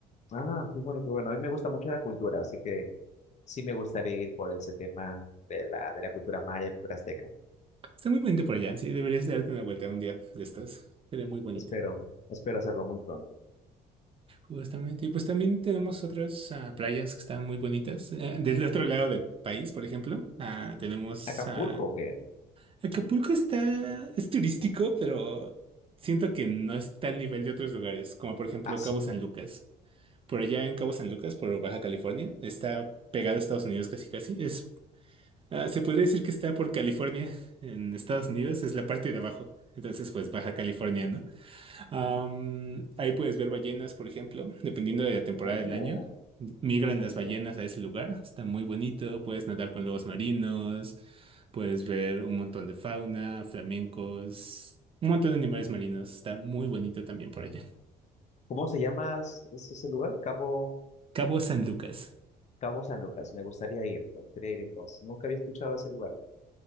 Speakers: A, on the left; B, on the right.
A: ah, qué bueno, qué bueno. A mí me gusta mucho la cultura, así que... Sí me gustaría ir por ese tema de la, de la cultura maya, cultura azteca.
B: Está muy bonito por allá, sí, deberías darte una vuelta un día de estos. Sería muy bonito.
A: Espero, espero hacerlo muy pronto.
B: Justamente, y pues también tenemos otras ah, playas que están muy bonitas. Eh, del otro lado del país, por ejemplo, ah, tenemos
A: Acapulco,
B: ah,
A: ¿o ¿qué?
B: Acapulco está, es turístico, pero siento que no está al nivel de otros lugares, como por ejemplo
A: Ah, sí.
B: Cabo San Lucas. Por allá en Cabo San Lucas, por Baja California, está pegado a Estados Unidos casi casi. Es, ah, se podría decir que está por California, en Estados Unidos, es la parte de abajo. Entonces, pues Baja California, ¿no? Am, ahí puedes ver ballenas, por ejemplo, dependiendo de la temporada
A: Oh,
B: del año. Migran
A: qué bonito.
B: las ballenas a ese lugar, está muy bonito, puedes nadar con lobos marinos, puedes ver un montón de fauna, flamencos, un montón de animales marinos, está muy bonito también por allá.
A: ¿Cómo se llama es- es ese lugar? Cabo,
B: Cabo San Lucas,
A: Cabo San Lucas. Me gustaría ir, me gustaría ir entonces. Nunca había escuchado ese lugar.